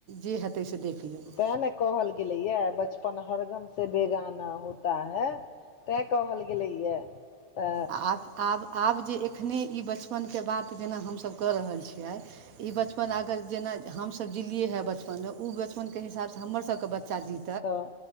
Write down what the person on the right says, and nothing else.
जे हेतै से देख लेब।
आ आब-आब-आब, जे एखने ई बचपनके बात जेना हमसब कऽ रहल छियै। ई बचपन अगर जेना, हमसभ जिलिये हे बचपनमे ओ बचपनके हिसाबसे हमरसभके बच्चा जी